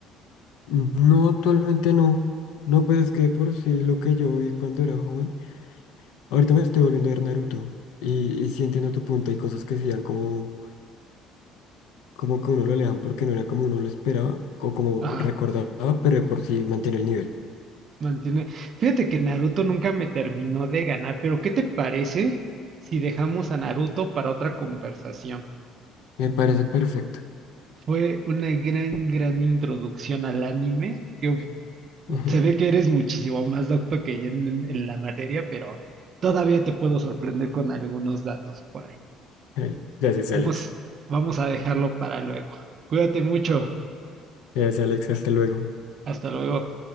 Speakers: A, on the left; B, on the right.
A: No, actualmente no. No, pues es que por sí lo que yo vi cuando era joven. Ahorita me estoy volviendo a ver Naruto. Y, y sí entiendo tu punto. Hay cosas que sí dan como, como que uno lo alejan porque no era como uno lo esperaba o como
B: Ajá,
A: recordaba, pero de por sí mantiene el nivel.
B: mantiene. Fíjate que Naruto nunca me terminó de ganar, pero ¿qué te parece si dejamos a Naruto para otra conversación?
A: Me parece perfecto.
B: Fue una gran, gran introducción al anime, que uf,
A: <laughs>
B: se ve que eres muchísimo más docto que yo en, en la materia, pero todavía te puedo sorprender con algunos datos por ahí.
A: Ay, Gracias,
B: Vamos,
A: Alex.
B: vamos a dejarlo para luego. Cuídate mucho.
A: Gracias, Alex. Hasta luego.
B: Hasta luego.